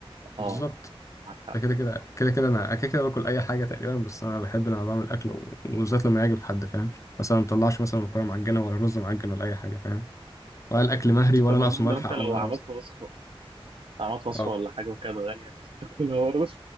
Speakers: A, on the left; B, on the right.
A: بالظبط
B: اه معاك حق
A: ده كده كده كده كده أنا كده كده باكل أي حاجة تقريبا بس أنا بحب لما بعمل أكل و- وبالذات لما يعجب حد فاهم مثلا ما بطلعش مثلا مكرونة
B: <laughs>
A: معجنة
B: مم.
A: ولا رز معجن ولا أي حاجة فاهم ولا الاكل
B: مم.
A: مهري
B: انت
A: ولا
B: من
A: ناقصه
B: النوع
A: ملح
B: لو انت
A: او
B: لو عملت
A: او
B: وصفه عملت وصفه
A: أو-
B: ولا حاجه وكانت غاليه <laughs> بتاكلها برضه